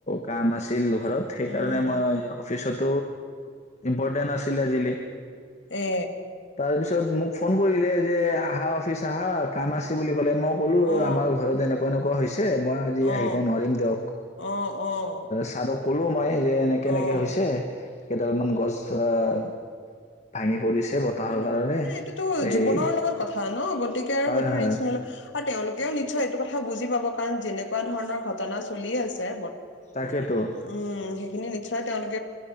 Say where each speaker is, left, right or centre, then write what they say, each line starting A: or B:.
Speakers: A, on the left; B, on the left.
A: কাম আছে তেলু ঘৰত সেইকাৰণে
B: উম
A: মই অফিচত ইম্পৰ্টেন আছিলে আজিলি
B: এ
A: তাৰপিছত মোক ফোন কৰিলে যে আহা অফিচ আহা কাম আছে বুলি ক'লে মোক ক'লো
B: অ
A: আমাৰ ঘৰত এনেকুৱা এনেকুৱা হৈছে ছে মই আজি
B: অ
A: আহিব নোৱাৰিম দিয়ক
B: অ অ
A: ছাৰক কলোম মই যে এনেকে এনেকে
B: অ
A: হৈছে কেইডাল মান গছ আহ ভাঙি পৰিছে বতাহৰ
B: মানে
A: কাৰণে
B: মানে এইটোতো
A: এই
B: জীৱনৰ লগত কথা ন গতিকে আৰু
A: হয়
B: সেইটো
A: হয়
B: ৰিক্স <unintelligible> আৰু তেওঁলোকেও নিশ্চয় এইটো কথা বুজি পাব কাৰণ যেনেকুৱা ধৰণৰ ঘটনা চলি আছে
A: তাকেতো
B: উম সেইখিনি নিশ্চয় সতোল <unintelligible>